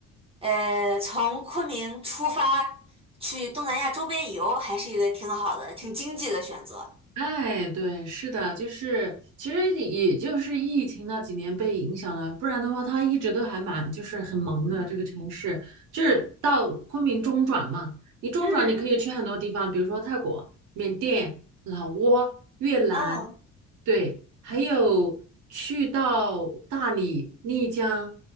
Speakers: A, on the right; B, on the right.
A: 呃，从昆明出发去东南亚周边游，还是一个挺好的、挺经济的选择。
B: 哎，对，是的，就是其实也就是疫情那几年被影响了，不然的话，它一直都还蛮就是很萌的这个城市，就是到昆明中转嘛，你中转你可以去很多地方，
A: 嗯，
B: 比如说泰国、缅甸、老挝、越南，
A: 嗯
B: 对，还有去到大理、丽江、